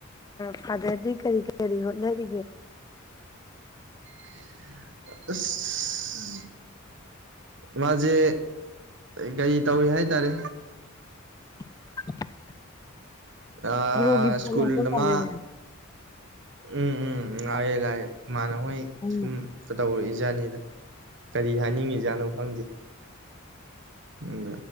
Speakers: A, on the left; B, on the right.
A: ꯐꯥꯗꯔꯗꯤ ꯀꯔꯤ ꯀꯔꯤ ꯍꯣꯠꯅꯔꯤꯒꯦ
B: ꯑꯁ ꯃꯥꯁꯦ ꯀꯔꯤ ꯇꯧꯏ ꯍꯥꯏꯇꯥꯔꯦ
A: <unintelligible>
B: ꯑ
A: ꯕ꯭ꯔꯣꯒꯤ ꯐꯣꯟ
B: ꯁ꯭ꯀꯨꯜ
A: ꯂꯥꯛꯄ
B: ꯑꯃ
A: ꯃꯥꯜꯂꯤꯅꯦ
B: ꯎꯝ ꯎꯝ ꯎꯝ ꯂꯥꯛꯑꯦ ꯂꯥꯛꯑꯦ ꯏꯃꯥꯟꯅꯕ ꯍꯣꯏ
A: ꯎꯝ
B: ꯁꯨꯝ ꯇꯧꯔꯛꯏ ꯖꯥꯠꯅꯤꯗ ꯀꯔꯤ ꯍꯥꯏꯅꯤꯡꯉꯤꯖꯥꯠꯅꯣ ꯈꯪꯗꯦ ꯎꯝ